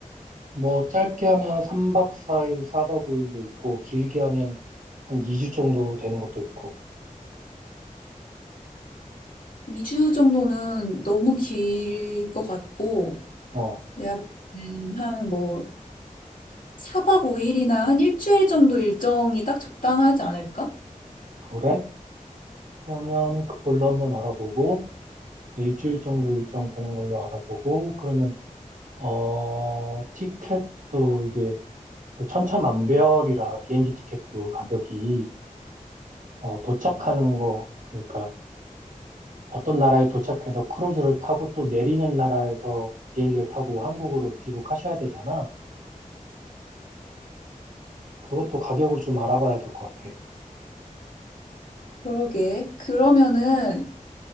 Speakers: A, on the right; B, on the left.
A: 뭐 짧게 하면 3박 4일, 4박 5일도 있고, 길게 하면 한 2주 정도 되는 것도 있고,
B: 2주 정도는 너무 길 것 같고,
A: 어,
B: 내가 볼 때는 한 뭐, 4박 5일이나 한 일주일 정도 일정이 딱 적당하지 않을까?
A: 그래? 그러면 그걸로 한번 알아보고, 일주일 정도 일정 되는 걸로 알아보고, 그러면, 어, 티켓도 이게, 또 천차만별이라 비행기 티켓도 가격이 어, 도착하는 거 그러니까 어떤 나라에 도착해서 크루즈를 타고 또 내리는 나라에서 비행기를 타고 한국으로 귀국하셔야 되잖아. 그것도 가격을 좀 알아봐야 될 것 같아.
B: 그러게. 그러면은,